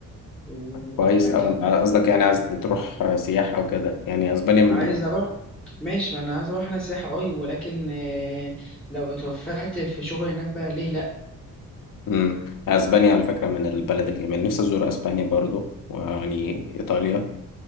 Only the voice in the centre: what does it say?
و...
وهكذا
عايز
اروح ماشي ما انا عايز اروح انا سياحة اي ولكن آه، لو اتوفقت في شغل هناك بقى ليه لا